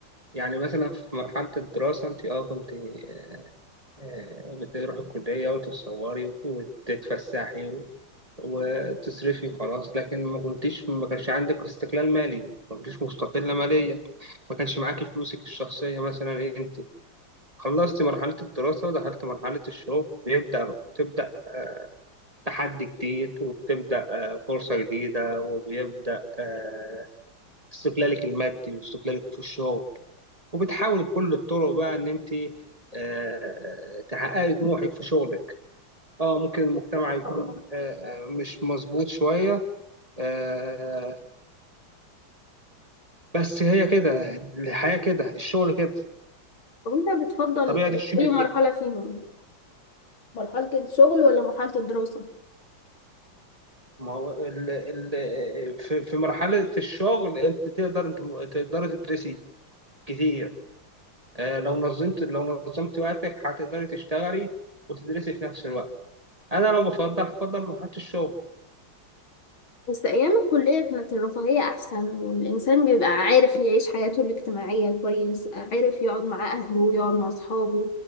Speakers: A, on the right; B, on the left.
A: يعني مثلا في مرحلة الدراسة أنت أه كنت آه، آه، بتروحي الكلية وتتصوري وتتفسحي و- وتصرفي وخلاص لكن ما كنتيش ما كانش عندك استقلال مالي ما كنتيش مستقلة ماليا ما كانش معاكي فلوسك الشخصية مثلا أنت خلصت مرحلة الدراسة ودخلت مرحلة الشغل بيبدأ تبدأ تحدي جديد وبتبدأ آه، فرصة جديدة وبيبدأ آه، استقلالك المادي واستقلالك في الشغل وبتحاولي بكل الطرق بقى ان انت آه، تحققي طموحك في شغلك اه ممكن المجتمع يكون آه، آه، مش مظبوط شوية آه، بس هي كده الحياة كده الشغل كده
B: طب أنت بتفضل
A: طبيعة الشغل
B: أي مرحلة
A: كده
B: فيهم؟ مرحلة الشغل ولا مرحلة الدراسة؟
A: ما هو ال ال في في مرحلة الشغل انت تقدر انت تقدري تدرسي كتير آه، لو نظمت لو نظمت وقتك هتقدري تشتغلي وتدرسي في نفس الوقت انا لو بفضل هفضل مرحلة الشغل
B: بس أيام الكلية كانت الرفاهية أحسن والإنسان بيبقى عارف يعيش حياته الاجتماعية كويس عارف يقعد مع أهله ويقعد مع أصحابه